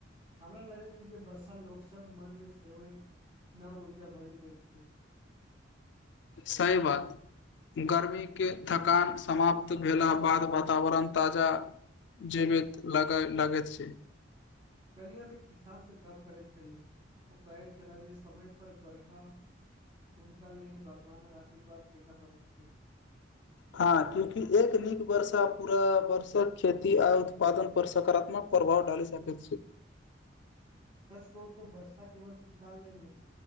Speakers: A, on the right; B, on the left.
A: हमरा लगे छै जे वर्षा लोक सब मन मे सेहो एक नव ऊर्जा भरी देैत छै।
B: सही बात। गर्मी कऽ थकान समाप्त भेला बाद वातावरण ताजा। जीवित लगै लगैत छै।
A: काल्हि हम एक किसान से गप करैत छलु ओ कहै छले जे समय पर बर्षा। हुनका लेल भगवानक आशीर्वाद जेकाँ होइत छै।
B: हँ क्यूंकि एक नीक वर्षा पूरा वर्षक खेती आ उत्पादन। पर सकारात्मक प्रभाव डाली सकै छै।
A: सच कहू तऽ वर्षा केवल किसान लेल नऽ